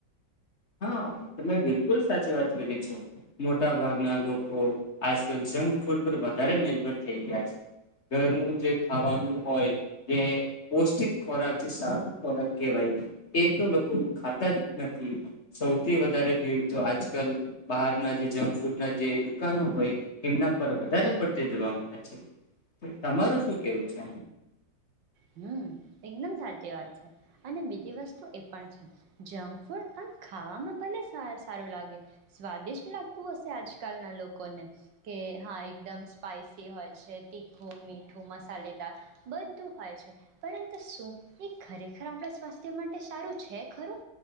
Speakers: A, on the left; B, on the right.
A: હા તમે બિલકુલ સાચી વાત કરી છે. મોટા ભાગના લોકો આજકલ જંક ફૂડ પર વધારે નિર્ભર થઈ ગયા છે. ઘરનું જે ખાવાનું હોય એ પૌષ્ટિક ખોરાક જે સારું ખોરાક કહેવાય એ તો લોકો ખાતા જ નથી. સૌથી વધારે ભીડ તો આજકલ બહારના જે જંક ફૂડ ના જે દુકાનો હોય એમના પર વધારે પડતી જોવા મળે છે. તમાર શું કેવું છે?
B: હમ એકદમ સાચી વાત છે અને બીજી વસ્તુ એ પણ છે જંક ફૂડ આ ખાવામાં ભલે સારું લાગે સ્વાદિષ્ટ લાગતું હશે આજ કલના લોકોને કે હા એકદમ સ્પાઈસી હોય છે તીખું મીઠું મસાલેદાર બધું હોય છે. પરંતુ શું એ ખરેખર આપણા સ્વાસ્થ્ય માટે સારું છે ખરું